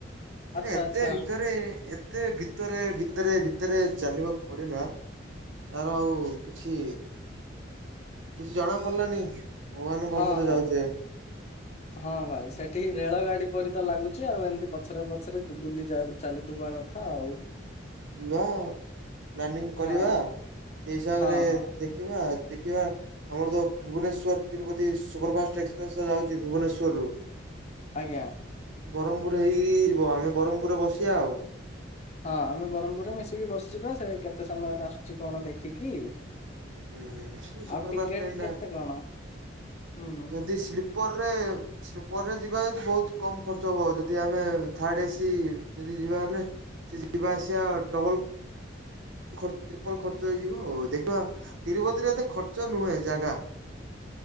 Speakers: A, on the right; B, on the left.
A: ଏରା
B: ଆଚ୍ଛା
A: ଏତେ
B: ଆଚ୍ଛା
A: ଭିତରେ ଏତେ ଭିତରେ ଭିତରେ ଭିତରେ ଚାଲିବାକୁ ପଡିଲା ତାର ଆଉ କିଛି କିଛି ଜଣା ପଡିଲାନି ଭଗବାନଙ୍କ
B: ହଁ
A: ପାଖକୁ ତ
B: ହଁ
A: ଯାଉଛେ
B: ହଁ ଭାଇ ସେଠି ରେଳ ଗାଡି ପରିତ ଲାଗୁଛି ଆଉ ଏମିତି ପଛରେ ପଛରେ ବୁଲି ଯାଉ ଚାଲିଥିବାରେ ଆଉ
A: ଯିବା ପ୍ଲାନିଂ କରିବା
B: ହଁ
A: ସେଇ ହିସାବରେ
B: ହଁ ହଁ
A: ଦେ ଖିବା ଏତିକିବା ଆମର ତ Bhubaneswar Tirupati super fast express ଯାଉଚି ଭୁବନେଶ୍ଵରରୁ
B: ଆଜ୍ଞା
A: ବରହମପୁର ଏଇ ଆମେ ବରହମପୁରରେ ବସିବା ଆଉ
B: ହଁ ଆମେ ବରହମପୁରରେ ମିଶିକି ବସିବା ସେ କେତେ ସମୟରେ ଆସୁଛି କଣ ଦେଖିକି
A: ହଁ ହୁଁ ସୁପର
B: ଆଉ ଟିକେଟ
A: ଫାଷ୍ଟ ଟ୍ରେନ ଡ଼ା
B: କେତେ କଣ ହୁଁ।
A: ଯଦି ସ୍ଲି ପରେରେ ସ୍ଲିପରେ ଯିବା ଯଦି ବହୁତ କମ ଖର୍ଚ୍ଚ ହବ ଯଦି ଆମେ ଥାର୍ଡ ଏସି ଯଦି ଯିବା ହେଲେ ସେ ଯିବା ଆସିବା ଡବଲ ଖର୍ଚ୍ଚ ଟ୍ରିପଲ ଖର୍ଚ୍ଚ ହେଇଯିବ ହଉ ଦେଖିବା ତିରୁପତିରେ ଏତେ ଖର୍ଚ୍ଚ ନୁହେଁ ଜାଗା